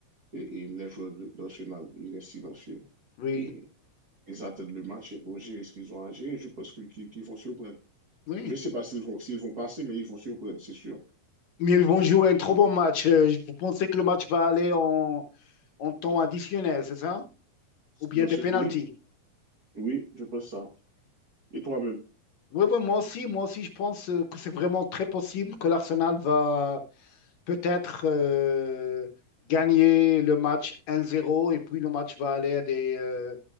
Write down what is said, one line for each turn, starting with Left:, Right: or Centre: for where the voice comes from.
Right: et, et les joueurs d'Arsenal, ils restent silencieux
Left: oui,
Right: et ils attendent le match et pour gérer ce qu'ils ont à gérer. Je pense que- qu'ils qu'ils vont surprendre.
Left: oui.
Right: Je ne sais pas s'ils vont, s'ils vont passer, mais ils vont surprendre, c'est sûr.
Left: Mais ils vont jouer un trop
Right: Et,
Left: bon match. Euh, vous pensez que le match va aller en, en temps additionnel, c'est ça? Ou bien
Right: Dans
Left: des
Right: ce-
Left: pénaltys?
Right: Oui, oui, je pense ça. Et toi-même?
Left: Oui, oui, moi aussi, moi aussi, je pense euh, que c'est vraiment très possible que l'Arsenal va, peut-être euh, gagner le match 1-0 et puis le match va aller à des, euh,